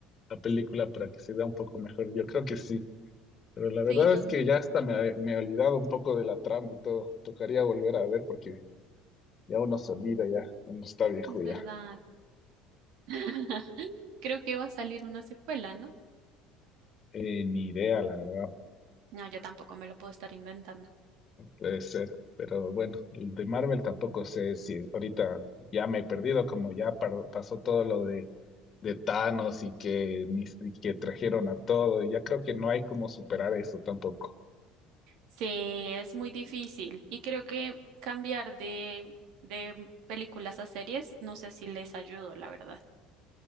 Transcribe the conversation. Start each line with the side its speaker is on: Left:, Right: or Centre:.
Left: la película para que se vea un poco mejor. Yo creo que sí. Pero la verdad
Right: Sí, no,
Left: es que ya hasta me, me he olvidado un poco de la trama y todo. Tocaría volver a ver porque ya uno se olvida, ya uno está viejo
Right: Es
Left: ya.
Right: verdad. <laughs> Creo que va a salir una secuela, ¿no?
Left: Eh, ni idea, la verdad.
Right: No, yo tampoco me lo puedo estar inventando.
Left: Puede ser. Pero bueno, el de Marvel tampoco sé si ahorita ya me he perdido, como ya par- pasó todo lo de de Thanos y que, ni- y que trajeron a todo. Ya creo que no hay como superar eso tampoco.
Right: Sí, es muy difícil y creo que cambiar de, de películas a series, no sé si les ayudo, la verdad.